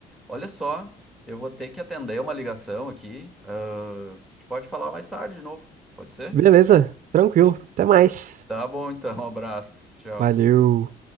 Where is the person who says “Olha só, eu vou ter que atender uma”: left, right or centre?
Centre